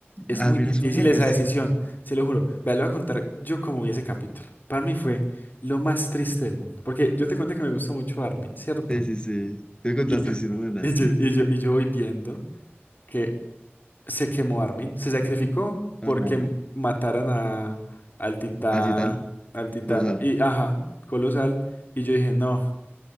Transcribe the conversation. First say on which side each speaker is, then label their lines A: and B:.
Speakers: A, on the left; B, on the left.
A: es
B: Ah,
A: muy
B: mira,
A: difícil
B: es un genio,
A: esa
B: sí.
A: decisión, se lo juro. Vea, le voy a contar yo cómo vi ese capítulo. Para mí fue lo más triste del mundo. Porque yo te cuento que me gusta mucho Armin, ¿cierto?
B: Sí, sí, sí. Te me contaste,
A: Y yo,
B: sí, no
A: <laughs>
B: me contaste.
A: y yo, y yo, y yo voy viendo que se quemó Armin, se sacrificó
B: Ajá.
A: porque mataran a, al titán,
B: Así tal,
A: al titán.
B: por sal.
A: Y ajá, colosal. Y yo dije, no,